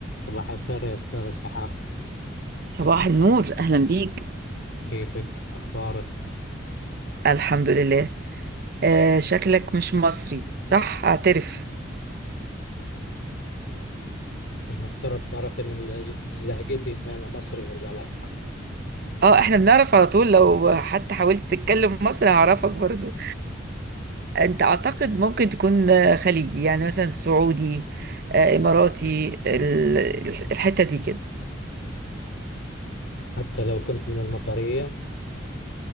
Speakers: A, on the left; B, on the right.
A: صباح الخير يا أستاذ السحار
B: صباح النور أهلا بيك
A: كيفك أخبارك
B: الحمد لله آه شكلك مش مصري صح اعترف
A: أنت المفترض تعرفي من من لهجتي إن أنا مصري ولا لا
B: اه احنا بنعرف على طول لو حتى حاولت تتكلم مصري هعرفك برضو انت اعتقد ممكن تكون آه، خليجي يعني مثلا سعودي آه اماراتي ال- ال- الحتة دي كده
A: حتى لو كنت من المطرية